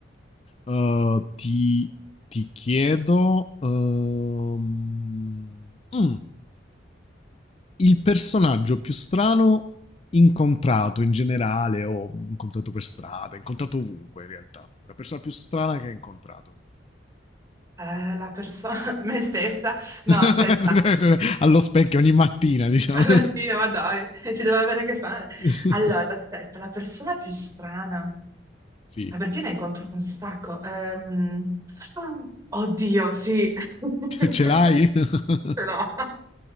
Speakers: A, on the left (about 30°); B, on the right (about 15°).
A: eh, ti, ti chiedo, ehm, mm, il personaggio più strano incontrato in generale o incontrato per strada, incontrato ovunque in realtà. La persona più strana che hai incontrato.
B: Eh, la persona, <laughs> me stessa? No,
A: <laughs>
B: aspetta.
A: Allo specchio ogni mattina, diciamo.
B: Alla fine, ma dai, <laughs> ci devo avere a che fare.
A: <laughs>
B: Allora, aspetta, la persona più strana.
A: Sì,
B: Ma perché ne incontro un sacco? Ehm, Oddio, sì. <laughs>
A: ce l'hai? <laughs>
B: <laughs> però.